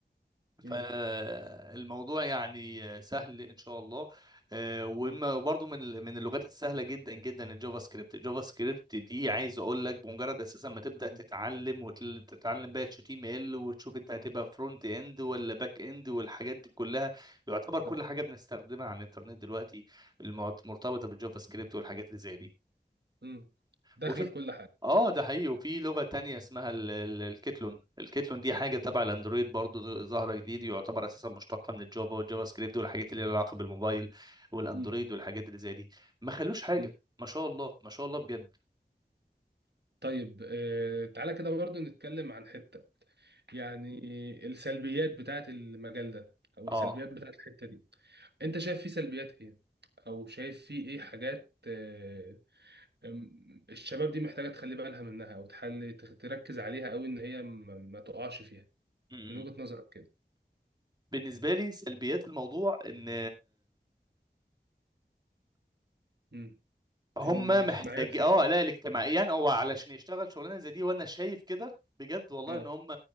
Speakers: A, on the right; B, on the right.
A: م-
B: فالموضوع يعني سهل ان شاء الله آه، وإما-
A: م-
B: وبرضه من ال- من اللغات السهله جدا جدا الجافا سكريبت الجافا سكريبت دي عايز اقول لك بمجرد اساسا ما تبدا
A: م-
B: تتعلم وتتعلم بقى اتش تي ام ال وتشوف انت هتبقى فرونت اند ولا باك اند والحاجات دي كلها يعتبر كل
A: طب.
B: حاجه بنستخدمها على الانترنت دلوقتي المعت- مرتبطه بالجافا سكريبت والحاجات اللي زي دي
A: م. داخله
B: وفي
A: في كل حاجه
B: اه ده حقيقي وفي لغة تانية اسمها ال- ال- الكيتلون الكيتلون دي حاجة تبع الاندرويد برضو ظاهرة جديد يعتبر اساسا مشتقة من الجافا والجافا سكريبت والحاجات اللي لها علاقة بالموبايل والاندرويد
A: م-
B: والحاجات اللي زي دي ما خلوش حاجة
A: م.
B: ما شاء الله ما شاء الله بجد
A: طيب آه، تعالى كده برضو نتكلم عن حته يعني السلبيات بتاعت المجال ده او السلبيات
B: اه
A: بتاعت الحته دي انت شايف فيه سلبيات ايه او شايف فيه ايه حاجات آه، أم- الشباب دي محتاجه تخلي بالها منها او تحل تركز عليها او ان هي ما ما تقعش فيها
B: م- م.
A: من وجهة نظرك كده
B: بالنسبة لي سلبيات الموضوع ان
A: امم
B: هم
A: الاجتماعيات
B: محتاج
A: <laughs> في...
B: اه لا الاجتماعيا هو علشان يشتغل شغلانه زي دي وانا شايف كده بجد والله
A: اه
B: ان هم